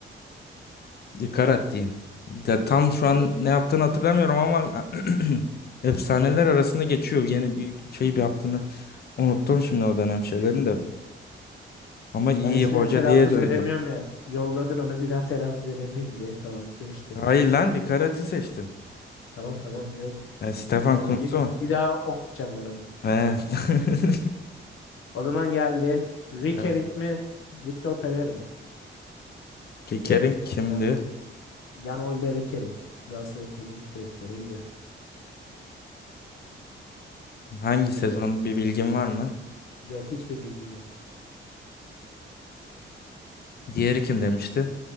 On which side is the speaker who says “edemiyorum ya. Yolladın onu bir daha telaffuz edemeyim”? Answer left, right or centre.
Left